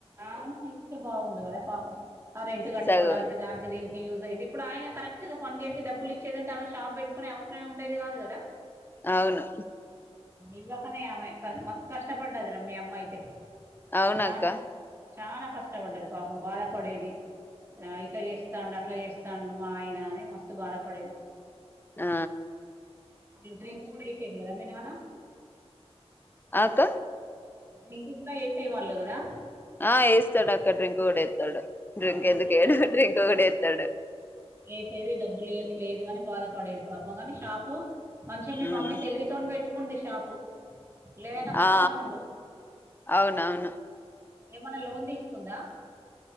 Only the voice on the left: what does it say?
సగం
అవును
అవునక్క
ఆ
ఆ అక్క
ఆ వేస్తాడు అక్కడ డ్రింక్ కూడా వేతాడు
డ్రింక్
ఎందుకు ఎడు డ్రింక్ కూడా వేతాడు
ఉమ్
ఆ
అవునవును